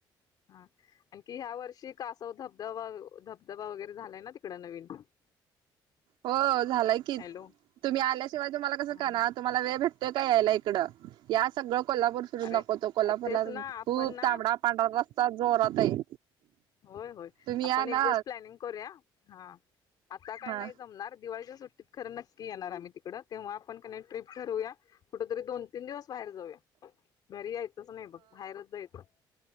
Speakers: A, on the left; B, on the right.
A: हा आणखी ह्या वर्षी कासव धबधबा-धबधबा वगैरे झालाय ना तिकड नवीन. <inaudible>
B: हो झालाय की.
A: हॅलो
B: तुम्ही आल्याशिवाय तुम्हाला कसं
A: ह
B: कळणार? तुम्हाला वेळ भेटतोय का यायला इकडं? या सगळं कोल्हापूर फिरून
A: अरे
B: दाखवतो कोल्हापूरला
A: तेच ना आपण
B: खूप
A: ना
B: तांबडा पांढरा रस्सा जोरात आहे.
A: होय-होय
B: तुम्ही
A: आपण
B: या ना
A: एक दिवस प्लॅनिंग करूया. हा आता काय
B: हा
A: नाही जमणार दिवाळीच्या सुट्टीत खरं नक्की येणार आम्ही तिकडं. तेव्हा आपण कणी ट्रीप ठरूया कुठंतरी दोन तीन दिवस बाहेर जाऊया. घरी यायचंच नाही बघ बाहेरच जायचं.